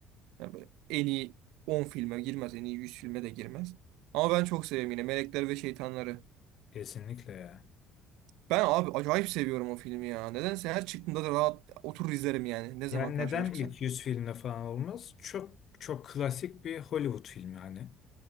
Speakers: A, on the right; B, on the left.
A: yani böyle en iyi 10 filme girmez, en iyi 100 filme de girmez. Ama ben çok seviyorum yine Melekler ve Şeytanları.
B: kesinlikle ya.
A: Ben abi acayip seviyorum o filmi ya. Nedense her çıktığında da rahat oturur izlerim yani. Ne zaman
B: Yani
A: karşıma
B: neden
A: çıksa.
B: ilk yüz filmle falan olmaz? Çok çok klasik bir Hollywood filmi hani.